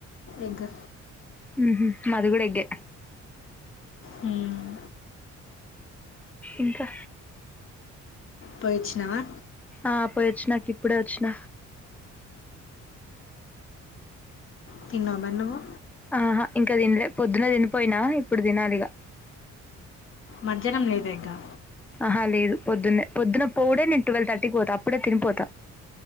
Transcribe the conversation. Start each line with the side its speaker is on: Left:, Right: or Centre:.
Left: ఎగ్
Centre: ఉమ్ మాది కూడా ఎగ్ ఏ
Left: ఉమ్
Centre: ఇంకా
Left: పోయిచ్చినావా
Centre: ఆ పోయి వచ్చిన అక్క ఇప్పుడే వచ్చిన
Left: తిన్నవా మరి నువ్వు
Centre: ఆహా ఇంకా తినలే పొద్దున తినిపోయినా ఇప్పుడు తినాలిగా
Left: మధ్యాహ్నం లేదా ఇగా
Centre: ఆహ లేదు పొద్దున్నే పొద్దున్నప్పుడే నేను టువెల్ థర్టీకి పోతా అప్పుడే తినిపోత